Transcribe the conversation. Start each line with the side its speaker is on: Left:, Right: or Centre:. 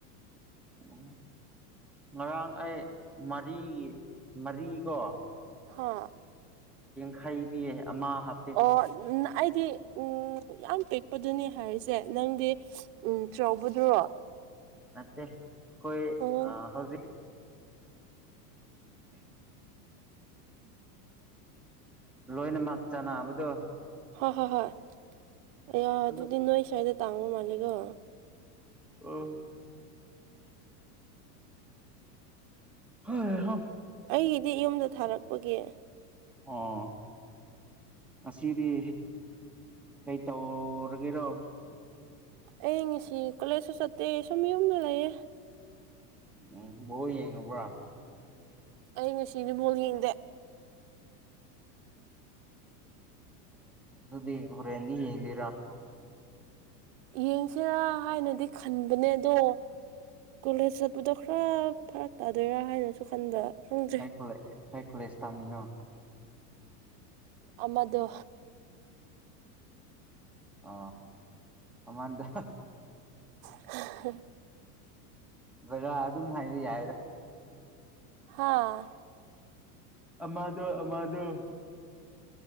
Centre: ꯑꯣ ꯉꯔꯥꯡ ꯑꯩ ꯃꯔꯤꯒꯤ ꯃꯔꯤ ꯀꯣ
Right: ꯍꯥ
Centre: ꯈꯩ ꯄꯤꯌꯦ ꯑꯃ ꯍꯥꯞꯄꯦ
Right: ꯑꯣ ꯑꯩꯗꯤ ꯎꯝ ꯌꯥꯝ ꯄꯤꯛꯄꯗꯨꯅꯤ ꯍꯥꯏꯔꯤꯁꯦ ꯅꯪꯗꯤ ꯎꯝ ꯆꯥꯎꯕꯗꯨꯔꯣ
Centre: ꯅꯠꯇꯦ ꯈꯣꯏ
Right: ꯎꯝ
Centre: ꯑ ꯍꯧꯖꯤꯛ ꯎꯝ ꯂꯣꯏꯅ ꯃꯥꯛ ꯆꯅꯥꯕꯗꯣ
Right: ꯍꯣꯏ ꯍꯣꯏ ꯍꯣꯏ ꯑꯌꯥ ꯑꯗꯨꯗꯤ
Centre: ꯑꯗꯨ
Right: ꯅꯣꯏ ꯁ꯭ꯋꯥꯏꯗ ꯇꯥꯡꯕ ꯃꯥꯜꯂꯦꯀꯣ
Centre: ꯎꯝ ꯍꯩ ꯍꯥ
Right: ꯑꯩꯒꯤꯗꯤ ꯌꯨꯝꯗ ꯊꯥꯔꯛꯄꯒꯤ
Centre: ꯑꯣ ꯉꯁꯤꯗꯤ ꯀꯩ ꯇꯧꯔꯒꯦꯔꯣ
Right: ꯑꯩ ꯉꯁꯤ ꯀꯣꯂꯦꯖꯁꯨ ꯆꯠꯇꯦ ꯁꯨꯝ ꯌꯨꯝꯗ ꯂꯩꯌꯦꯦ
Centre: ꯎꯝ ꯌꯦꯉ ꯄꯨꯔꯥ
Right: ꯑꯩ ꯉ ꯁꯤꯗꯤ ꯃꯣꯜꯗꯦ
Centre: ꯑꯗꯨ ꯑꯗꯨꯗꯤꯔꯦꯟꯅꯤ ꯍꯥꯏꯅꯤꯔꯥ
Right: ꯌꯦꯡꯁꯤꯔꯥ ꯍꯥꯏꯅꯗꯤ ꯈꯟꯕꯅꯦ ꯑꯗꯣ ꯀꯣꯂꯦꯖ ꯆꯠꯄꯗꯣ ꯈꯔ ꯐꯔꯛ ꯇꯥꯗꯣꯏꯔꯥ ꯍꯥꯏꯅꯁꯨ ꯈꯟꯕ ꯈꯪꯗ꯭ꯔꯦ
Centre: ꯍꯀꯨ ꯍꯥꯏꯀꯨꯂ ꯏꯁꯇꯥꯥꯃꯤꯅꯣ
Right: ꯑꯃꯗꯨ
Centre: ꯑ ꯃꯃꯗ
Right: ꯎ ꯍ
Centre: ꯕꯖꯔꯥ ꯑꯗꯨꯝ ꯍꯥꯏꯕ ꯌꯥꯏꯗ
Right: ꯍꯥꯥ
Centre: ꯑꯃꯥꯗꯣ ꯑꯃꯥꯗꯣ